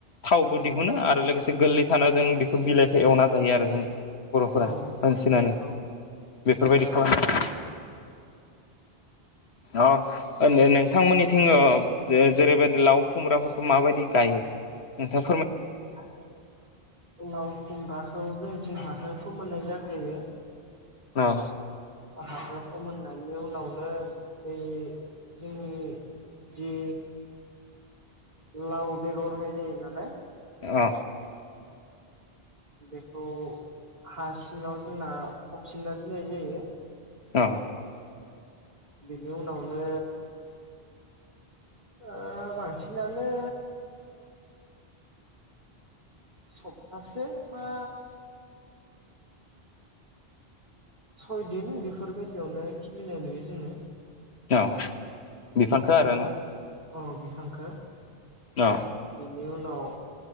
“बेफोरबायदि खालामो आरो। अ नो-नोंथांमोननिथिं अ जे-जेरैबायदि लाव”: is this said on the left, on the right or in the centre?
Left